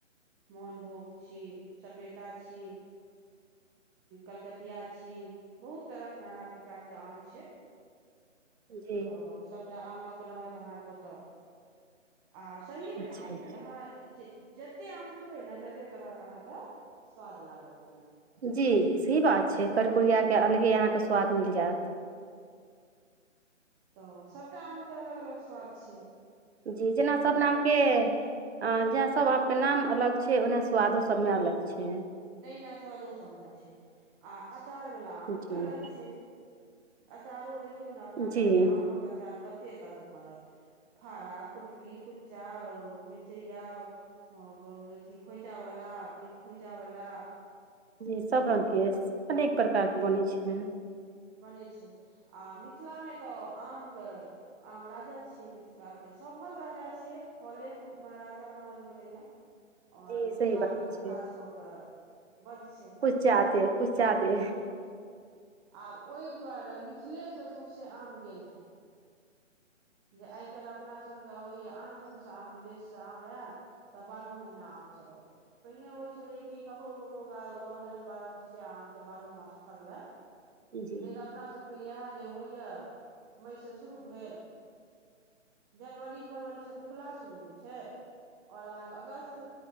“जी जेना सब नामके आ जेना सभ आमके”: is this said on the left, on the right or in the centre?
Right